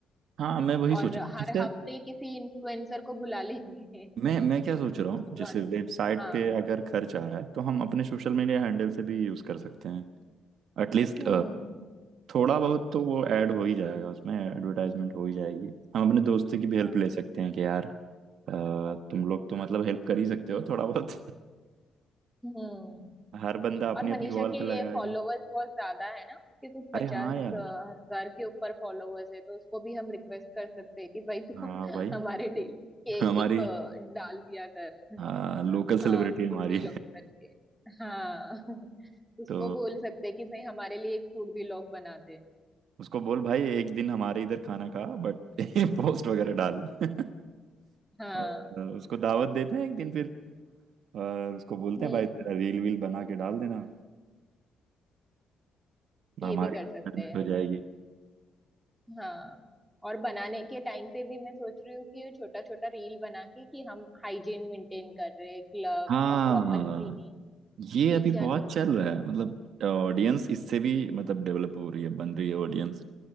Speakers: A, on the right (about 70°); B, in the centre.
A: हाँ मैं वही
B: और
A: सोच रहा हूँ
B: हर
A: जैसे
B: हफ्ते किसी इन्फ्लुएंसर को बुला लेंगे <laughs>
A: मैं मैं क्या सोच रहा हूँ
B: शुरुआत
A: जैसे वेबसाइट
B: में हाँ
A: पे अगर खर्च आ रहा है तो हम अपने सोशल मीडिया हैंडल से भी यूज कर सकते हैं एटलीस्ट
B: हम्म
A: थोड़ा बहुत तो वो ऐड हो ही जाएगा उसमें एडवर्टाइजमेंट हो ही जाएगी हम अपने दोस्तों की भी हेल्प
B: हाँ
A: ले सकते हैं कि यार अ,
B: हाँ
A: तुम लोग तो मतलब हेल्प कर ही सकते हो थोड़ा बहुत
B: हम्म
A: <laughs> हर बंदा अपनी
B: और मनीषा
A: अपनी वॉल
B: के
A: पे लगाएगा
B: फॉलोवर्स बहुत ज्यादा है ना उसके कुछ पचास
A: अरे हाँ
B: अ,
A: यार
B: हजार के ऊपर फॉलोवर्स है तो उसको भी हम रिक्वेस्ट कर सकते हैं कि भाई तू
A: हाँ
B: <laughs>
A: भाई
B: हमारे डेली के
A: हमारी
B: एक अ, डाल दिया कर
A: हाँ लोकल सेलिब्रिटी
B: हाँ फूड
A: हमारी
B: व्लॉग करके हाँ <laughs>
A: <laughs>
B: उसको
A: तो
B: बोल सकते हैं कि भाई हमारे लिए एक फूड व्लॉग बनाते
A: उसको बोल भाई एक दिन हमारे इधर खाना खा बट <laughs> पोस्ट वगैरह डाल <laughs>
B: हाँ
A: और उसको दावत देते हैं एक दिन फिर और उसको बोलते
B: हम्म
A: हैं भाई तेरा रील वील बना के डाल देना हमारी
B: ये भी कर सकते
A: मेहनत
B: हैं
A: हो जाएगी
B: हाँ और बनाने के टाइम पे भी मैं सोच रही हूँ कि छोटा छोटा रील बना के कि हम हाइजीन मेंटेन कर रहे हैं ग्लव्स
A: हाँ
B: और प्रॉपर क्लीनिंग
A: ये
B: किचन
A: अभी बहुत चल रहा है मतलब ऑडियंस इससे भी मतलब डेवलप हो रही है बन रही है ऑडियंस